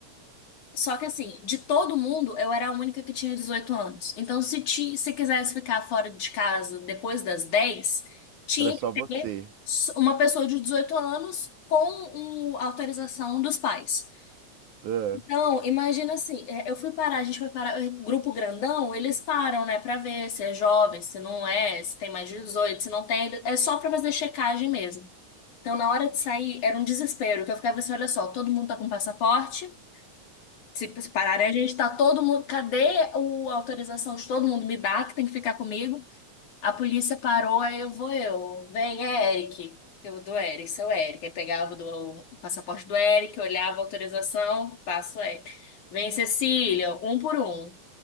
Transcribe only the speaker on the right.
Era só
você.
É.